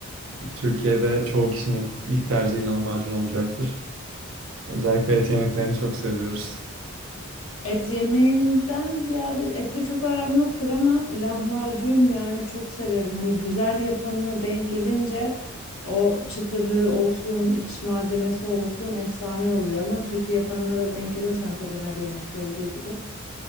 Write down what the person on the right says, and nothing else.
e, Türkiye'de çoğu kişinin ilk tercihi lahmacun olacaktır. Özellikle et yemeklerini çok seviyoruz.